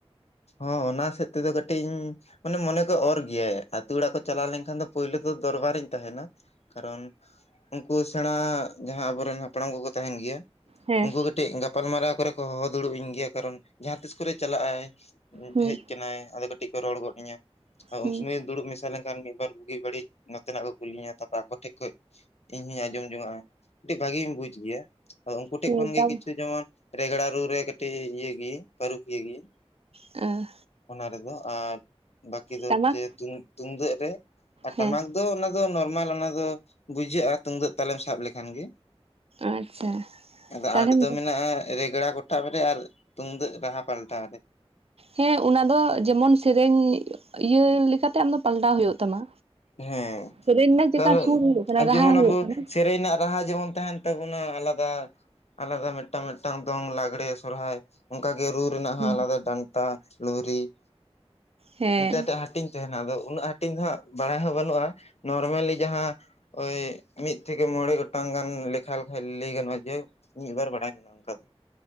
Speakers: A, on the left; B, on the right.
A: ᱦᱚᱸ ᱚᱱᱟ ᱥᱮᱫ ᱛᱮᱫᱚ ᱠᱟᱹᱴᱤᱧ ᱢᱟᱱᱮ ᱢᱚᱱᱮ ᱠᱚ ᱚᱨ ᱜᱮᱭᱟᱭᱛᱳ ᱚᱲᱟᱜ ᱠᱚ ᱪᱟᱞᱟᱣ ᱞᱮᱱᱠᱷᱟᱱ ᱫᱚ ᱯᱳᱭᱞᱳ ᱫᱚᱨᱵᱟᱨᱤᱧ ᱛᱟᱦᱮᱸᱱᱟ ᱠᱟᱨᱚᱱ ᱩᱱᱠᱩ ᱥᱮᱬᱟ ᱡᱟᱦᱟᱸ ᱟᱵᱚᱨᱮᱱ ᱦᱟᱯᱲᱟᱢ ᱠᱚᱠᱚ ᱛᱟᱦᱮᱸᱱ ᱜᱮᱭᱟ,
B: ᱦᱮᱸ
A: ᱩᱱᱠᱩ ᱠᱟᱹᱴᱤᱡ ᱜᱟᱯᱟᱞᱢᱟᱨᱟᱣ ᱠᱚᱨᱮ ᱠᱚ ᱦᱚᱦᱚ ᱫᱩᱲᱩᱵ ᱤᱧ ᱜᱮᱭᱟ ᱾ ᱠᱟᱨᱚᱱ ᱡᱟᱦᱟᱸ ᱛᱤᱥ ᱠᱚᱨᱮ ᱪᱟᱞᱟᱜᱼᱟᱭ᱾
B: ᱦᱩᱸ
A: ᱦᱮᱡ ᱟᱠᱟᱱᱟᱭ᱾ ᱟᱫᱚ ᱠᱟᱹᱴᱤᱡ ᱠᱚ ᱨᱚᱲ ᱜᱚᱫ ᱟᱹᱧᱟ᱾ ᱟᱫᱚ
B: ᱦᱩᱸ
A: ᱩᱱ ᱥᱩᱢᱟᱹᱭ ᱫᱩᱲᱩᱵ ᱢᱮᱥᱟ ᱞᱮᱱᱠᱷᱟᱱ ᱢᱤᱫᱵᱟᱨ ᱵᱩᱜᱤ ᱵᱟᱹᱲᱤᱡᱼᱼ ᱱᱚᱛᱮᱱᱟᱜ ᱠᱚ ᱠᱩᱞᱤᱧᱟ᱾ ᱛᱟᱯᱚᱨ ᱟᱠᱚ ᱴᱷᱮᱡ ᱠᱷᱚᱡ ᱤᱧ ᱦᱚᱸᱧ ᱟᱸᱡᱚᱢ ᱡᱚᱝ ᱟᱜᱼᱟ᱾ ᱠᱟᱹᱤᱡ ᱵᱷᱟᱜᱤᱧ ᱵᱩᱡ ᱜᱮᱭᱟ᱾ ᱟᱫᱚ ᱩᱱᱠᱩ ᱴᱷᱮᱡ
B: ᱦᱮᱸ
A: ᱠᱷᱚᱱ ᱜᱮ
B: ᱛᱟᱢ
A: ᱠᱤᱪᱷᱩ ᱡᱮᱢᱚᱱᱼᱼ ᱨᱮᱜᱽᱲᱟ ᱨᱩ ᱨᱮ ᱠᱟᱹᱴᱤᱡ ᱤᱭᱟᱹ ᱜᱤᱧ, ᱯᱟᱹᱨᱩᱠᱷᱤᱭᱟᱹ ᱜᱤᱧ᱾
B: ᱮᱸ᱾
A: ᱚᱱᱟ ᱨᱮᱫᱚ ᱟᱨ ᱵᱟᱠᱤ ᱫᱚ
B: ᱴᱟᱢᱟᱠ
A: ᱪᱮ <unintelligible> ᱛᱩᱢᱫᱟᱹᱜ ᱨᱮ ᱟᱨ
B: ᱦᱮᱸ
A: ᱴᱟᱢᱟᱠᱼᱼ ᱫᱚ ᱚᱱᱟ ᱫᱚ ᱱᱚᱨᱢᱟᱞ ᱚᱱᱟ ᱫᱚ ᱵᱩᱡᱷᱟᱹᱜᱼᱟ᱾ ᱛᱩᱢᱫᱟᱹᱜ ᱛᱟᱞᱮᱢ ᱥᱟᱵ ᱞᱮᱠᱷᱟᱱ ᱜᱮ᱾
B: ᱟᱪᱪᱷᱟ
A: ᱟᱫᱚ
B: ᱛᱟᱦᱚᱞᱮ
A: ᱟᱸᱴ ᱫᱚ ᱢᱮᱱᱟᱜᱼᱟ᱾ ᱨᱮᱜᱽᱲᱟ ᱜᱚᱴᱟᱵ ᱨᱮ ᱟᱨ ᱛᱩᱢᱫᱟᱹᱜ ᱨᱟᱦᱟ ᱯᱟᱞᱴᱟᱣ ᱨᱮ᱾
B: ᱦᱮᱸ ᱚᱱᱟ ᱫᱚ ᱡᱮᱢᱚᱱ ᱥᱮᱨᱮᱧ ᱤᱭᱟᱹ ᱞᱮᱠᱟᱛᱮ ᱟᱢ ᱫᱚᱼᱼ ᱯᱟᱞᱴᱟᱣ ᱦᱳᱭᱳᱜ ᱛᱟᱢᱟ᱾
A: ᱦᱮᱸ
B: ᱥᱮᱨᱮᱧ ᱨᱮᱱᱟᱜ ᱪᱮᱠᱟ
A: ᱠᱟᱨᱚᱱ
B: ᱥᱩᱨ ᱦᱩᱭᱩᱜ ᱠᱟᱱᱟ
A: ᱟᱨ
B: ᱨᱟᱦᱟ
A: ᱡᱮᱢᱚᱱ
B: ᱦᱩᱭᱩᱜ
A: ᱟᱵᱚ
B: ᱠᱟᱱᱟ᱾
A: ᱥᱮᱨᱮᱧ ᱨᱮᱱᱟᱜ ᱨᱟᱦᱟ ᱡᱮᱢᱚᱱ ᱛᱟᱦᱮᱱ ᱛᱟᱵᱚᱱᱟ ᱟᱞᱟᱫᱟ, ᱟᱞᱟᱫᱟ ᱢᱤᱫᱴᱟᱝ, ᱢᱤᱫᱴᱟᱝ ᱫᱚᱝ, ᱞᱟᱜᱽᱲᱮ, ᱥᱚᱨᱦᱟᱭ ᱚᱱᱠᱟ ᱜᱮ ᱨᱩ ᱨᱮᱱᱟᱜ ᱦᱚᱸ
B: ᱦᱮᱸ
A: ᱟᱞᱟᱫᱟ ᱰᱟᱱᱴᱟ, ᱞᱩᱨᱦᱤ,
B: ᱦᱮᱸ
A: ᱢᱤᱫᱴᱮᱱ <unintelligible> ᱦᱟᱹᱴᱤᱧ ᱛᱟᱦᱮᱱᱟ ᱟᱫᱚ ᱾ ᱩᱱᱟᱹᱜ ᱦᱟᱹᱴᱤᱧ ᱫᱚ ᱦᱟᱸᱜ ᱵᱟᱲᱟᱭ ᱦᱚᱸ ᱵᱟᱹᱱᱩᱜᱼᱟ ᱾ ᱱᱚᱨᱢᱮᱞᱤ ᱡᱟᱦᱟᱸᱼᱼ ᱳᱭ ᱢᱤᱫ ᱛᱷᱮᱠᱮ ᱢᱚᱬᱮ ᱜᱚᱴᱟᱝ ᱜᱟᱱ ᱞᱮᱠᱷᱟ ᱞᱮᱠᱷᱟᱡ ᱞᱟᱹᱭ ᱜᱟᱱᱚᱜᱼᱟ᱾ ᱡᱟᱭᱦᱳᱜ ᱢᱤᱫᱵᱟᱨ ᱵᱟᱲᱟᱭ ᱢᱮᱱᱟᱜᱼᱟ᱾ ᱚᱱᱠᱟ ᱫᱚ᱾